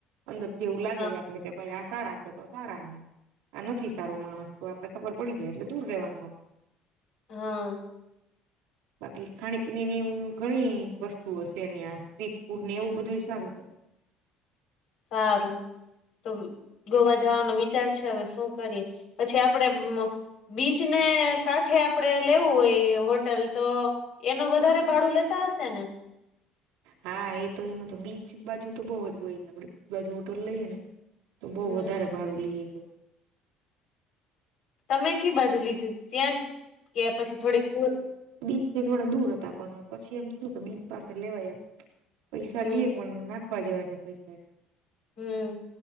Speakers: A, on the right (about 85°); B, on the left (about 70°).
A: અંદર થી એવું લાગેજ
B: હા
A: આપને, કે ભાઈ કે આ સારા છે દોસ્ત. સારા ને આ નથી સારો માણસ તો, આપડે ખબર પડી જાય એટલે દૂર રવાનું આપને.
B: હા...
A: બાકી, ખાણી- પીણીની ઘણી વસ્તુઓ છે, ન્યા સ્ટ્રીટ ફૂડ ને એવું બધું ઇ સારું છે.
B: સારું તો. ગોવા જવાનો વિચાર છે, હવે શું કરીએ પછી આપડે મ બીચને કાંઠે આપડે, લેવું હોય હોટલ તો. એનું વધારે ભાડું લેતા હશે ને?
A: હા એ તો એનું તો બીચ બાજુ તો બઉુજ હોય, આપડે બીચ બાજુ હોટોલ લઈએે નેતો. તો,
B: હમ
A: બહુ વધારે ભાડું લઈએ એ લો
B: તમે કી બાજુ લીધી થી? ત્યાં જ કે પછી થોડીક દૂર.
A: બીચથી થોડા દૂર હતા, પણ પછી એમ થયું કે બીચ પાસે લેવાય એમ. પૈસા
B: હમ
A: લેએ પણ, નાખવા જેવા હે પૈસા.
B: હમ્મ